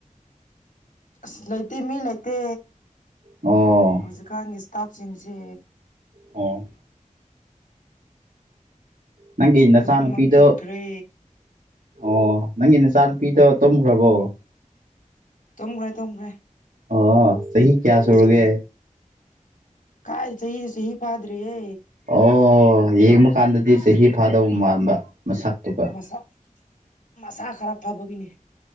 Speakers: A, on the left (about 80°); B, on the right (about 80°).
A: ꯑꯁ ꯂꯩꯇꯦ ꯃꯤ ꯂꯩꯇꯦ
B: ꯑꯣ
A: ꯍꯧꯖꯤꯛꯀꯥꯟꯒꯤ ꯏꯁꯇꯥꯞꯁꯤꯡꯁꯦ
B: ꯑꯣ ꯅꯪꯒꯤ ꯅꯆꯥꯅꯨꯄꯤꯗꯣ
A: ꯂꯣꯏꯅꯃꯛ ꯆꯠꯈ꯭ꯔꯦ
B: ꯑꯣ ꯅꯪꯒꯤ ꯅꯆꯥꯅꯨꯄꯤꯗꯣ ꯇꯨꯝꯈ꯭ꯔꯕꯣ
A: ꯇꯨꯝꯈ꯭ꯔꯦ ꯇꯨꯝꯈ꯭ꯔꯦ
B: ꯑꯣ ꯆꯍꯤ ꯀꯌꯥ
A: ꯉꯁꯥꯏꯅꯦ
B: ꯁꯨꯔꯒꯦ
A: ꯀꯥꯏ ꯆꯍꯤ ꯆꯍꯤ ꯐꯥꯗ꯭ꯔꯤꯌꯦ
B: ꯑꯣ ꯌꯦꯡꯕ ꯀꯥꯟꯗꯗꯤ ꯆꯍꯤ ꯐꯥꯗꯧ ꯃꯥꯟꯕ ꯃꯁꯛꯇꯨꯒ
A: ꯃꯁꯥ ꯃꯁꯥ ꯈꯔ ꯐꯕꯒꯤꯅꯦ